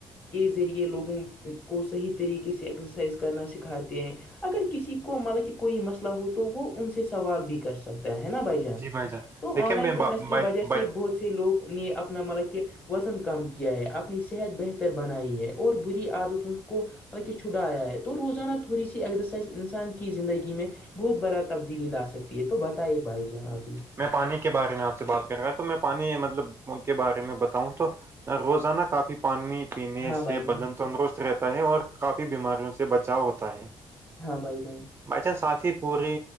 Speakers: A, on the left; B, on the right.
A: کے ذریعے لوگوں کو صحیح طریقے سے ایکسرسائز کرنا سکھاتے ہیں اگر کسی کو مطلب کہ کوئی مسئلہ ہو تو وہ ان سے سوال بھی کرس سکتا ہے نا بھائی جان
B: جی
A: تو
B: دیکھیں
A: آن لائن
B: میں
A: فٹنس
B: با-
A: کی
B: بھائی
A: وجہ سے
B: بھائی-
A: بہت سے لوگ نے اپنا مطلب کہ وزن کم کیا ہے اپنی صحت بہتر بنائی ہے اور بری عادتوں کو مطلب کہ چھٹایا ہے تو روزانہ تھوڑی سی ایگزرسائز انسان کی زندگی میں بہت بڑا تبدیلی لا سکتی ہے تو بتائیے بھائی جان اب بھی
B: میں پانی کے بارے میں آپ سے بات کر رہا تو میں پانی مطلب کے بارے میں بتاؤں تو روزانہ کافی پانی پینے
A: ہاں
B: سے
A: بھائی جان
B: بدن تندرست رہتا ہے اور کافی بیماریوں سے بچاؤ ہوتا ہے
A: ہاں بھائی جان
B: بائی چانس ساتھ ہی پوری